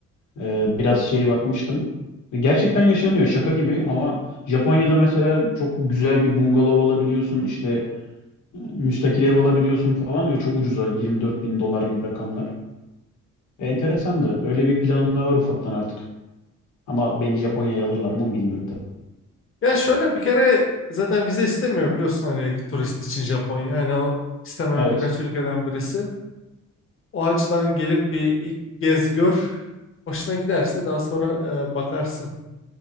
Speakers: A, on the left (about 75°); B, on the left (about 45°).
A: e, biraz şeye bakmıştım. Ve Gerçekten yaşanıyor şaka gibi ama Japonya'da mesela çok güzel bir bungalov alabiliyorsun işte Müstakil ev alabiliyorsun falan ve çok ucuza 24 bin dolar gibi rakamlar. E, enteresandı. Öyle bir planım da var ufaktan artık. Ama beni Japonya'ya alırlar mı onu bilmiyorum tabii.
B: Ya şöyle bir kere zaten vize istemiyor biliyorsun hani turist için Japonya. Yani o istemeyen
A: Evet.
B: birkaç ülkeden birisi. O açıdan gelip bir ilk gez gör. Hoşuna giderse daha sonra e, bakarsın.